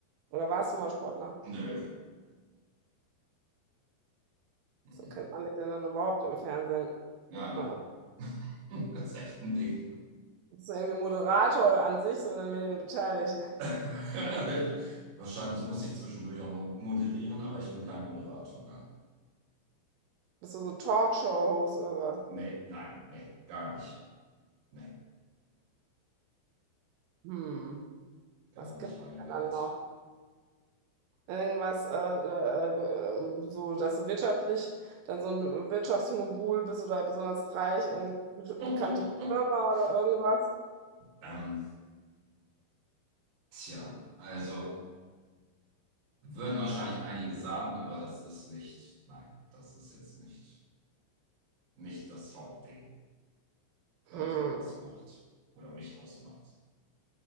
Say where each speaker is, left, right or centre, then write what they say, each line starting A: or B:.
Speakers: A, on the right; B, on the right.
A: Oder warst du mal Sportler?
B: nee. Nö. Mm.
A: So kennt man dich denn dann überhaupt im Fernsehen.
B: Ja, ne?
A: Ah.
B: <laughs> Das ist echt ein Ding.
A: Bist du irgendwie Moderator oder an sich so in den Medien beteiligt?
B: <laughs> Wahrscheinlich muss ich zwischendurch auch mal moderieren, aber ich bin kein Moderator. Nein.
A: Bist du so Talkshow-Host oder sowas?
B: Nee, nein, nee, gar nicht. Nee,
A: Hm,
B: gar
A: was
B: nicht
A: gibt's
B: meine
A: denn
B: Welt.
A: dann noch? irgendwas, äh, äh, äh, so, dass du wirtschaftlich dann so ein Wirtschaftsmogul bist oder besonders reich, irgendeine
B: <laughs>
A: bekannte Firma oder irgendwas?
B: Ähm, tja, also. Würden wahrscheinlich einige sagen, aber das ist nicht, nein, das ist jetzt nicht, nicht das Hauptding, was
A: Hm,
B: den ausmacht oder mich ausmacht.